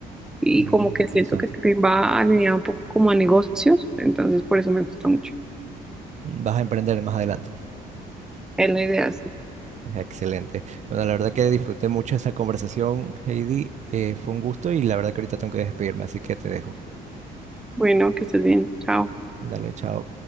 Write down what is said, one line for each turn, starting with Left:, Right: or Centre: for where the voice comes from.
Centre: Y
Right: mm,
Centre: como que
Right: interesante.
Centre: siento que también va alineado un poco como a negocios, entonces por eso me gusta mucho.
Right: Vas a emprender más adelante.
Centre: Es la idea, sí.
Right: Excelente. Bueno, la verdad que disfruté mucho esa conversación, Heidi. Eh, fue un gusto y la verdad que ahorita tengo que despedirme, así que te dejo.
Centre: Bueno, que estés bien. Chao.
Right: Dale, chao.